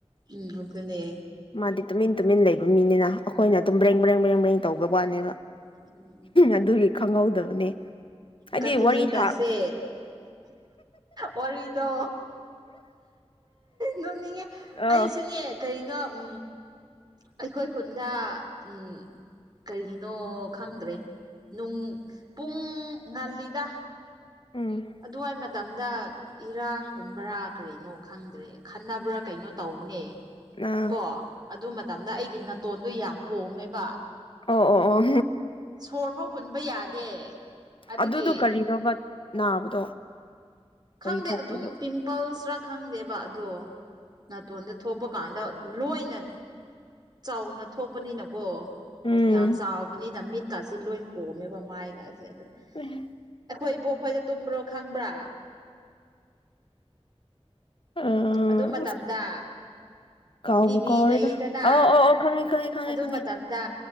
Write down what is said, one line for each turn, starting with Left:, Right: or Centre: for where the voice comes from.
Right: ꯎꯝ ꯑꯗꯨꯅꯦ꯫
Left: ꯃꯥꯗꯤ ꯇꯨꯃꯤꯟ ꯇꯨꯃꯤꯟ ꯂꯩꯕ ꯃꯤꯅꯤꯅ ꯑꯩꯈꯣꯏꯅ ꯑꯗꯨꯝ ꯕ꯭ꯔꯦꯡ ꯕ꯭ꯔꯦꯡ ꯕ꯭ꯔꯦꯡ ꯕ꯭ꯔꯦꯡ ꯇꯧꯒ ꯋꯥꯠꯅꯦꯕ
Right: ꯎꯝ
Left: ꯑꯗꯨꯒꯤ ꯈꯪꯍꯧꯗꯕꯅꯦ꯫ ꯍꯥꯏꯗꯤ
Right: ꯀꯟꯇꯤꯅ꯭ꯌꯨ
Left: ꯋꯥꯔꯤ ꯁꯥ
Right: ꯇꯁꯦ ꯋꯥꯔꯤꯗꯣ ꯅꯣꯡꯅꯤꯡꯉꯦ
Left: ꯑ
Right: ꯑꯩꯁꯨꯅꯦ ꯀꯔꯤꯅꯣ ꯎꯝ ꯑꯩꯈꯣꯏ ꯈꯨꯟꯗ ꯎꯝ ꯀꯔꯤꯅꯣ ꯈꯪꯗ꯭ꯔꯦ ꯅꯨꯡ ꯄꯨꯡ ꯉꯜꯂꯤꯗ
Left: ꯎꯝ
Right: ꯑꯗꯨꯋꯥꯏ ꯃꯇꯝꯗ ꯏꯔꯥꯡꯒꯨꯝꯕ꯭ꯔꯥ ꯀꯔꯤꯅꯣ ꯈꯪꯗ꯭ꯔꯦ ꯈꯟꯅꯕ꯭ꯔꯥ ꯀꯩꯅꯣ ꯇꯧꯕꯅꯦ꯫
Left: ꯑꯥ
Right: ꯀꯣ ꯑꯗꯨ ꯃꯇꯝꯗ ꯑꯩꯒꯤ ꯅꯥꯇꯣꯟꯗꯣ ꯌꯥꯝ ꯄꯣꯝꯃꯦꯕ
Left: ꯑꯣ ꯑꯣ ꯑꯣ
Right: ꯁꯣꯔ ꯐꯥꯎ ꯍꯨꯟꯕ ꯌꯥꯗꯦ꯫ ꯑꯗꯨꯒꯤ
Left: ꯑꯗꯨꯗꯣ ꯀꯔꯤꯅꯣꯕ ꯅꯥꯕꯗꯣ ꯀꯔꯤ
Right: ꯈꯪꯗꯦ
Left: ꯊꯣꯛꯄꯗꯣ
Right: ꯑꯗꯨꯝ ꯄꯤꯝꯄꯜꯁꯔꯥ ꯈꯪꯗꯦꯕ ꯑꯗꯣ ꯅꯇꯣꯟꯗ ꯊꯣꯛꯄ ꯀꯥꯟꯗ ꯂꯣꯏꯅ ꯆꯥꯎꯅ ꯊꯣꯛꯄꯅꯤꯅꯀꯣ
Left: ꯎꯝ
Right: ꯌꯥꯝ ꯆꯥꯎꯕꯅꯤꯅ ꯃꯤꯠ ꯀꯥꯁꯦ ꯂꯣꯏ ꯄꯣꯝꯃꯦꯕ ꯃꯥꯏꯒꯥꯁꯦ ꯑꯗꯣ
Left: ꯎꯍꯦꯡ
Right: ꯑꯩꯈꯣꯏ ꯏꯕꯣꯛ ꯈꯣꯏꯗ ꯇꯨꯝꯕ꯭ꯔꯣ ꯈꯪꯕ꯭ꯔꯥ
Left: ꯑꯁ
Right: ꯑꯗꯨ ꯃꯇꯝꯗ
Left: ꯀꯥꯎꯕꯨ
Right: ꯇꯤꯚꯤ
Left: ꯀꯥꯎꯔꯦꯗ
Right: ꯂꯩꯌꯦꯗꯅ
Left: ꯑꯣ ꯑꯣ ꯑꯣ ꯈꯪꯉꯦ ꯈꯪꯉꯦ ꯈꯪꯉꯦ
Right: ꯑꯗꯨ
Left: ꯈꯪꯉꯦ
Right: ꯃꯇꯝꯗ